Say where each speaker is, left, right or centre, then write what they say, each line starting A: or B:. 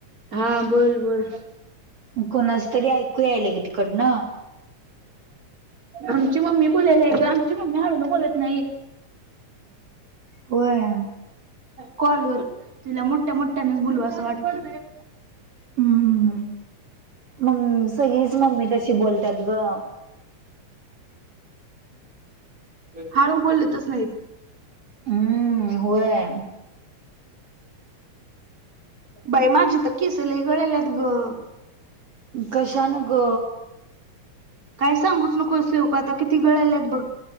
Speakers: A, on the right; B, on the right.
A: हा, बोल बोल.
B: कोणाच तरी ऐकू यायल ग तिकडन.
A: आमची मम्मी बोलायली ग. आमची मम्मी हळून बोलत नाही.
B: व्हय.
A: कॉलवर तिला मोठ्या मोठ्याने बोलू असं वाटत.
B: हम्म, मग सगळीच मम्मी तशी बोलत्यात ग.
A: हळू बोलतच नाहीत.
B: हम्म होय.
A: बाय माझी तर केस लई गळाल्यात ग.
B: कशान ग?
A: मला सांगूच नको असे उपाय आता किती केस गळ्यात बघ.